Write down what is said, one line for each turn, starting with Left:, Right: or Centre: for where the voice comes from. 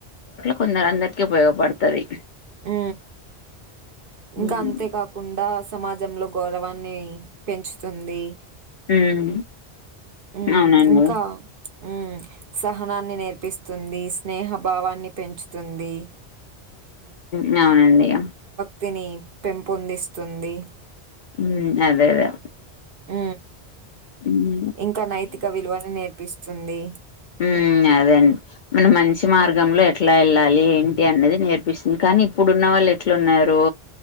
Left: కొందరందరికి ఉపయోగపడుతది
Right: మ్ ఇంకా
Left: హ్మ్
Right: అంతే కాకుండా సమాజంలో గౌరవాన్ న్ని పెంచుతుంది
Left: హ్మ్.
Right: మ్
Left: అవునండి.
Right: ఇంకా మ్ సహనాన్ని నేర్పిస్తుంది స్నేహభావాన్ని పెంచుతుంది
Left: మ్ అవునండి ఇగ
Right: తిని పెంపొందిస్తుంది
Left: మ్ అదేదదే
Right: మ్
Left: మ్
Right: ఇంకా నైతిక విలువని నేర్పిస్తుంది
Left: మ్ అదేండి మన మంచి మార్గంలో ఎట్లా వెళ్ళాలి ఏంటి అన్నది నేర్పిస్తుంది కా ని ఇప్పుడున్న వాళ్ళు ఎట్లున్నారు